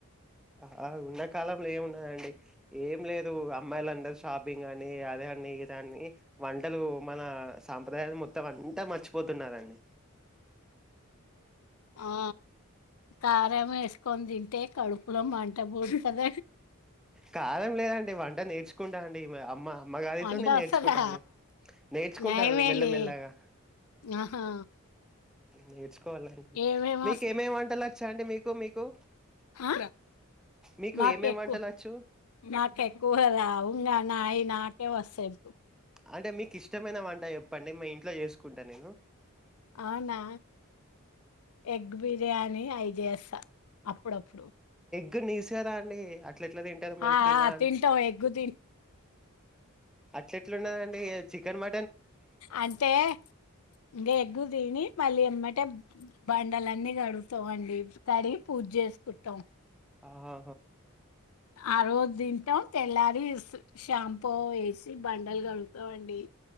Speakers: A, in the centre; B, on the left (about 80°).
A: ఆహా ఉన్నకాలంలో ఏమున్నాదండి? ఏం లేదు అమ్మాయిలందరు షాపింగ్ అని అదని ఇదని వంటలు మన సాంప్రదాయం మొత్తం అంతా మర్చిపోతున్నరండి
B: ఆ కారం ఎసుకొని తింటే కడుపులో మంట పూడతద
A: కారం లేదండి వంట నేర్చుకుంటా అండి అమ్మ మ్మ గారితోనే
B: వంట
A: నేర్చుకుంటానండి
B: వస్తదా
A: నేర్చుకుంటాను
B: నయమేలే
A: మెల్లమెల్లగా
B: ఆహా
A: నేర్చుకోవాలండి
B: ఏమేమి
A: మీకు ఏమేమి వంటలోచ్చాండి మీకు మీకు
B: ఆ..
A: మీకు
B: మాకెక్కు
A: ఏమేమి వంటలు వచ్చు
B: మాకెక్కువా రావు నానాయి నాకే వస్సయి
A: అంటే మీకిష్టమైన వంట ఎప్ చెప్పండి మీ ఇంట్లో జేసుకుంటా నేను
B: అవ్నా ఎ గ్ బిర్యానీ ఐజేస్స అప్పుడప్పుడు
A: గ్ నీస్ కదా అండి అట్ల ఎట్లా తింటది మరి
B: ఆ
A: తిన
B: ఆ
A: అని
B: తింటాం ఎగ్గు తిన్
A: అట్లేట్లున్నా చికన్ మ
B: అంటే ఇంగ ఎగ్గు తిని మళ్ళీ ఎంమ్మటే బండలన్నీ గడుగుతం అండి తడి పూజ చేసుకుంటాం
A: ఆహా
B: ఆ రోజు దింటం తెల్లారి ఇ షాంపొ ఎసి బండలు కలుగుతామండి